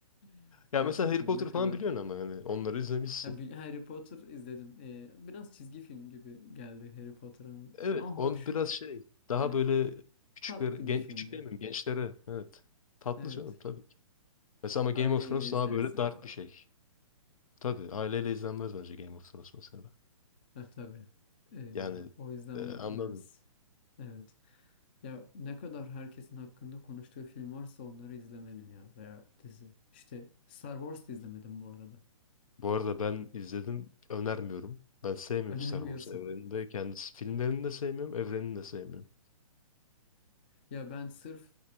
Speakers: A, on the left; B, on the left.
A: <laughs>
B: Ya
A: gerçekten
B: mesela Harry Potter
A: ne kadar
B: falan biliyorsun ama hani onları izlemişsin.
A: Ha, bir- Harry Potter izledim. Ee, biraz çizgi film gibi geldi Harry Potter hani.
B: Evet,
A: Ama hoş.
B: on biraz şey daha
A: Hani
B: böyle küçüklere,
A: tatlı
B: gen,
A: bir filmdi.
B: küçük demiyorum gençlere. Evet. Tatlı
A: Evet.
B: canım tabii ki. Mesela ama Game
A: Aileyle
B: of Thrones
A: izlersin
B: daha böyle dark
A: falan.
B: bir şey. Tabii aileyle izlenmez bence Game of Thrones mesela.
A: Ha, tabii. Ee,
B: Yani
A: o yüzden
B: e, anladım.
A: biraz evet. Ya ne kadar herkesin hakkında konuştuğu film varsa onları izlemedim ya veya dizi. İşte Star Wars da izlemedim bu arada.
B: Bu arada ben izledim önermiyorum. Ben sevmiyorum
A: <laughs> Önermiyorsun.
B: Star Wars evrenini de kendisi filmlerini de sevmiyorum, evrenini de sevmiyorum.
A: Ya ben sırf